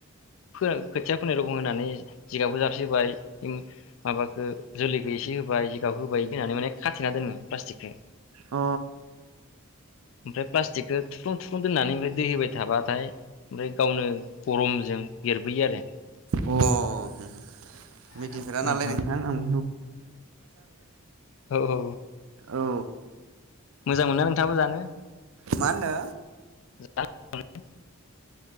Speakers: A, on the left (about 65°); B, on the right (about 80°).
A: फो खोथिया फोनाय रखं होनानै जिगाबो जारसबाय माबाखौ जोलैखौ एसे होब बा जिगाब होबाय होननानै माने खाथेना दोनो प्लास्टिकखौ
B: अ
A: ओमफ्राय प्लास खिथिखौ थुफ्लुं थुफ्लुं दोननानै ओमफ्राय दै होबाय थाबाथाय ओमफ्राय गावनो गरम <unintelligible>
B: औ
A: आरो
B: अ मिथिफेरा
A: आहा
B: नालाय नोंथां आं
A: औ औ
B: औ
A: मोजां मोना नोंथाङाबो जानो
B: मा होनदो
A: <unintelligible>